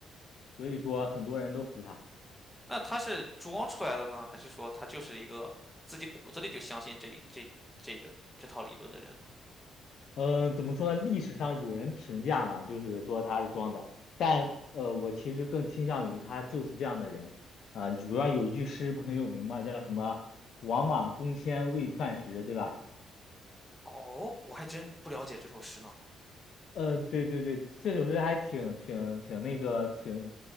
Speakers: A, on the left; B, in the centre.
A: 所以说很多人都服他。
B: 那他是装出来的呢，还是说他就是一个自己骨子里就相信这这这个这套理论的人呢？
A: 嗯，呃怎么说呢？历史上有人评价嘛，就是说他是装的，但呃，我其实更倾向于他就是这样的人。啊、你比如说有一句诗不很有名嘛，叫什么“王莽公迁为篡时”，对吧？
B: 哦，我还真不了解这首诗呢。
A: 嗯，对对对，这首诗还挺挺挺那个挺，